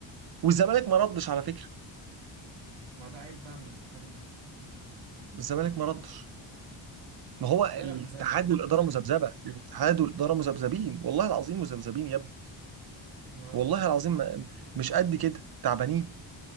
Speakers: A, on the right; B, on the right.
A: والزمالك ما ردش على فكره
B: ما ده عيب بقى من الاتحاد المصري فاهم؟
A: الزمالك ما ردش ما هو
B: بيراميدز
A: الاتحاد
B: هي اللي ردت
A: والاداره مذبذبه الاتحاد والاداره مذبذبين والله العظيم مذبذبين يا ابني
B: <laughs> اه
A: والله العظيم ما- مش قد كده تعبانين